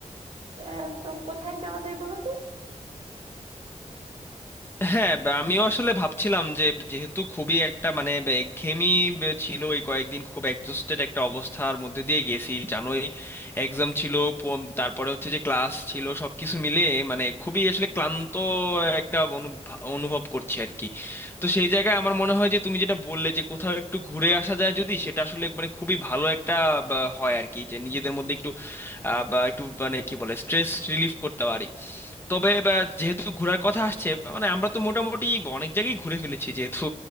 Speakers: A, on the right; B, on the left.
A: আহ, তো কোথায় যাওয়া যায় বলো তো
B: হ্যাঁ বা আমিও আসলে ভাবছিলাম যে যেহেতু খুবই একটা মানে বে- একঘেয়েমি বে- ছিল এই কয়েকদিন খুব এক্সস্টেড একটা অবস্থার মধ্যে দিয়ে গেছি জানোই এক্সাম ছিল পম- তারপরে হচ্ছে যে ক্লাস ছিল সবকিছু মিলে মানে খুবই আসলে ক্লান্ত একটা অনুভা- অনুভব করছি আর কি তো সেই জায়গায় আমার মনে হয় যে তুমি যেটা বললে যে কোথাও একটু ঘুরে আসা যায় যদি সেটা আসলে মানে খুবই ভালো একটা বা, হয় আর কি যে নিজেদের মধ্যে একটু আহ, বা একটু মানে কি বলে স্ট্রেস রিলিফ করতে পারি তবে বা, যেহেতু ঘোরার কথা আসছে মানে আমরা তো মোটামুটি অনেক জায়গায় ঘুরে ফেলেছি যেহেতু